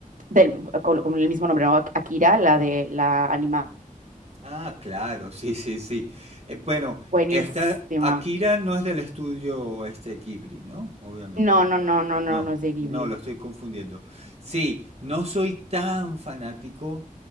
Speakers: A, on the right; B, on the right.
A: del, con, con el mismo nombre, ¿no? Akira, la de la animada.
B: Ah, claro, sí, sí, sí. Eh, bueno,
A: Buenísima.
B: esta Akira no es del estudio este Ghibli, ¿no? Obviamente.
A: No, no, no, no, no,
B: No,
A: no es de Ghibli.
B: no, lo estoy confundiendo. Sí, no soy tan fanático